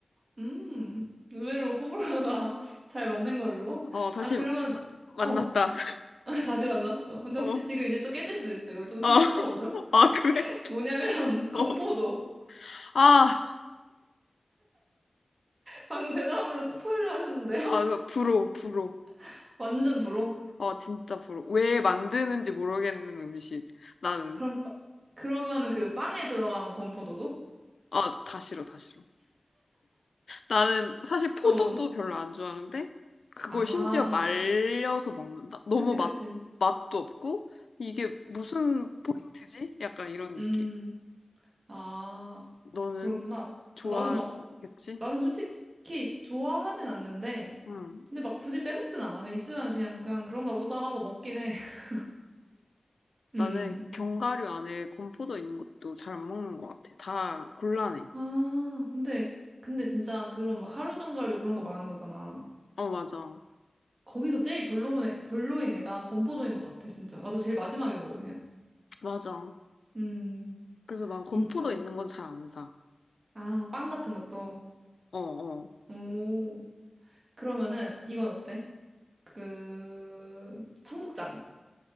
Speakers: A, on the right; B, on the left.
A: 음, 의외로 호불호가 <laughs> 잘 맞는 걸로.
B: 어, 다시
A: 아, 그러면,
B: 만났다.
A: 어, <laughs> 다시 만났어. 근데
B: <laughs> 어,
A: 혹시 지금 이제 또 깨질 수도 있어. 이거 좀 심각하거든?
B: 아, <laughs>
A: <laughs>
B: 아, 그래?
A: 뭐냐면, 건포도.
B: 어. 아,
A: 방금 대답으로 스포일러 하셨는데요?
B: 아, 부러워, 부러워.
A: <laughs> 완전 불호.
B: 어, 진짜 부러워. 왜 만드는지 모르겠는 음식. 나는.
A: 그럼, 빠- 그러면은 그 빵에 들어간 건포도도?
B: 아, 다 싫어, 다 싫어. 나는 사실 포도도
A: 어.
B: 별로 안 좋아하는데 그걸
A: 아,
B: 심지어 말려서 먹는다? 너무
A: 그치,
B: 맛,
A: 그치.
B: 맛도 없고 이게 무슨 포인트지? 약간 이런 느낌.
A: 음, 아,
B: 너는
A: 그렇구나.
B: 좋아하겠지?
A: 아, 나는 막, 나는 솔직히 좋아하진 않는데,
B: 응.
A: 근데 막 굳이 빼먹진 않아. 그냥 있으면 그냥, 그냥 그런가 보다 하고 먹긴 해. <laughs> 음.
B: 나는 견과류 안에 건포도 있는 것도 잘 안 먹는 것 같아. 다 곤란해.
A: 아, 근데, 근데 진짜 그런 막 하루 견과류 그런 거 말하는 거잖아.
B: 어, 맞아.
A: 거기서 제일 별로인, 애- 별로인 애가 건포도인 것 같아, 진짜. 나도 제일 마지막에 먹어, 그냥.
B: 맞아.
A: 음,
B: 그래서 난 건포도
A: 인정.
B: 있는 건 잘 안 사.
A: 아, 빵 같은 것도.
B: 어, 어.
A: 오, 그러면은 이건 어때? 그 청국장.